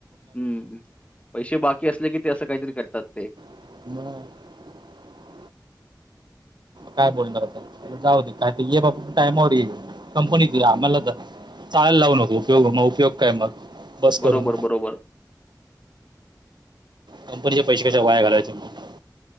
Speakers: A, on the left; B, on the right.
A: हम्म! पैसे बाकी असले कि ते असं काहीतरी करतात ते.
B: <unintelligible> काय बोलणार आता जाऊ दे काय ते ये बाबा टायमावर ये कंपनीत. चालायला लावू नको उपयोग काय मग? बस करून
A: बरोबर बरोबर
B: कंपनीचे पैसे कशाला वाया घालावायचे मग.